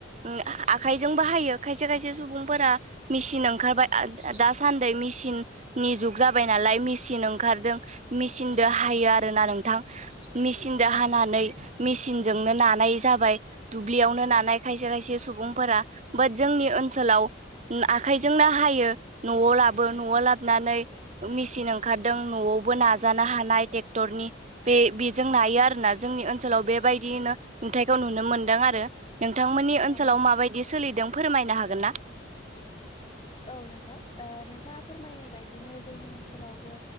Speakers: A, on the right; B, on the left.
A: उम आखाइजोंबो हायो खायसे खायसे सुबुंफोरा मिसिनों ओंखारबाय आद दासान्दै मिसिन नि जुग जाबाय नालाय मिसिन ओंखारदों मिसिन हायो आरोना नोंथां मिसिनदो
B: औ
A: हानानै मिसिनजोंनो नाद नाय जाबाय दुब्लियावनो नानाय खायसे खायसे सुबुंफोरा बाद जोंनि ओनसोलाव उ आखाय जोंनो हायो न'आव लाबो न'आव लाबनानै मिसिन ओंखारदों न'आवबो नाजाना हानाय ट्रेक्टरनि बे बेजों नायो आरोना जोंनि ओनसोलाव बेबायदियैनो नुथायखौ नुनो मोन - मोनदों आरो नोंथांमोननि
B: औ
A: ओनसोलाव माबायदि सोलिदों फोरमायनो हागोन ना?
B: औ नोंथां ओ नोंथाङा फोरमायनाय बायदिनो जोंनि ओनसोलावबो